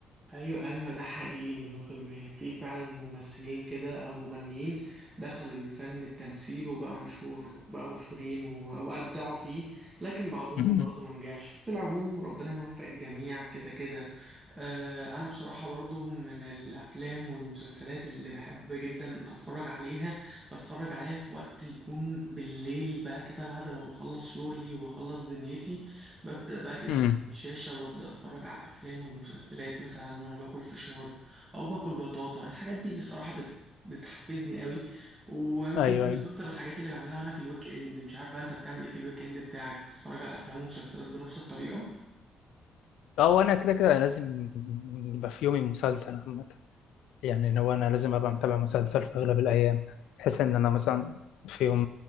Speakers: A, on the right; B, on the left.
A: ايوه ايوه ده حقيقي مليون في المية في فعلا ممثلين كده او مغنيين دخلوا الفن التمثيل وبقى مشهور بقى مشهورين و- وابدعوا فيه لكن
B: <laughs>
A: بعضهم
B: أمم.
A: برضو منجحش في العموم ربنا يوفق الجميع كده كده آه انا بصراحة برضو من الافلام والمسلسلات اللي بحب جدا اتفرج عليها بتفرج عليها في وقت يكون بالليل بقى كده بعد ما بخلص شغلي وبخلص دنيتي ببدأ بقى كده
B: أمم.
A: في الشاشة وببدأ أتفرج على الأفلام والمسلسلات مثلا وأنا باكل فشار أو باكل بطاطا الحاجات دي بصراحة بت... بتحفزني قوي ويمكن
B: أيوه
A: دي من
B: أيوه
A: أكتر الحاجات اللي بعملها وأنا في الويك إند مش عارف بقى أنت بتعمل إيه في الويك إند بتاعك بتتفرج على أفلام ومسلسلات بنفس الطريقة
B: أه وأنا كده كده لازم يبقى في يومي مسلسل عامة يعني لو انا لازم ابقى متابع مسلسل في اغلب الايام بحيث ان انا مثلا في يوم